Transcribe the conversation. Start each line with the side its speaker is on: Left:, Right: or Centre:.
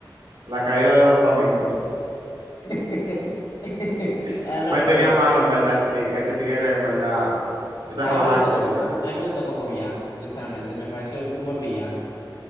Right: La caída de Don Flamingo.
Left: <laughs>
Right: <laughs>
Left: Ah, no,
Right: Me
Left: pero
Right: tenía malo, en verdad, ese tigre. Ese tigre, en verdad. Yo estaba
Left: a mí me gustó
Right: harto
Left: como,
Right: de él.
Left: a mí, a mí me gustó como villano, sinceramente. Me pareció un buen villano.